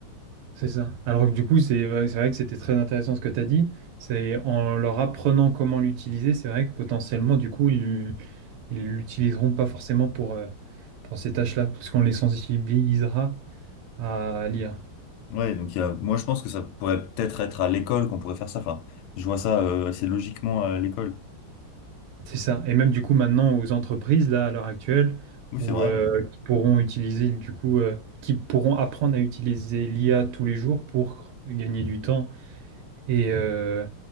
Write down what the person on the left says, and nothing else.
Ouais, donc il y a, moi je pense que ça pourrait peut-être être à l'école qu'on pourrait faire ça. Enfin, je vois ça euh, assez logiquement à l'école.
Oui,
c'est vrai.
d'ailleurs.